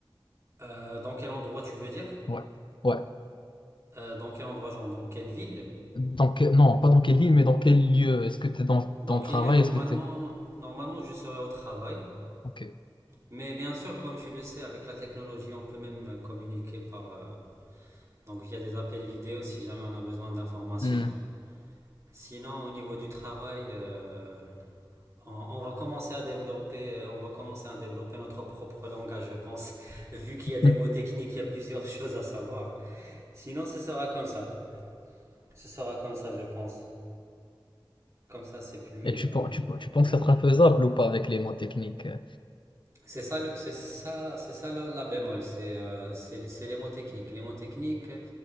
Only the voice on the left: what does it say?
Ouais. Ouais.
Dans quel- non, pas dans quelle ville, mais dans quel lieu? Est-ce que tu es dans,
dans
le travail?
Est-ce que tu
es...
Hmm.
Hmm.
Et tu,
pen- tu, pen- tu penses
que ça sera faisable ou pas avec les mots techniques? euh